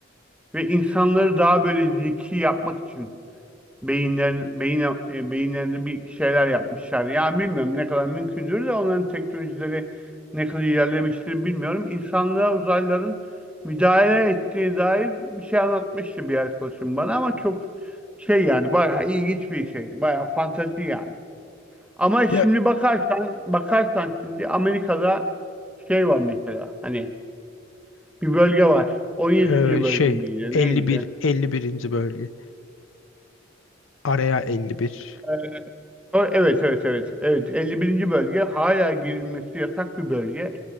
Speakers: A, in the centre; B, on the left.
A: ve insanları daha böyle zeki yapmak için beyinler, beyin, e, beyinlerinde bir şeyler yapmışlar. Ya bilmiyorum ne kadar mümkündür de onların teknolojileri ne kadar ilerlemiştir bilmiyorum. İnsanlığa uzaylıların müdahale ettiği dair bir şey anlatmıştı bir arkadaşım bana ama çok şey yani bayağı ilginç bir şey. Bayağı fantezi yani. Ama
B: Ya
A: şimdi bakarsan bakarsan şimdi Amerika'da şey var mesela hani bir bölge var. on yedinci
B: Ee,
A: bölge
B: şey
A: miydi?
B: elli
A: Neydi?
B: bir elli birinci bölge. Araya elli bir
A: Ee, Sonra- Evet, evet, evet. Evet, 51. bölge hala girilmesi yasak bir bölge.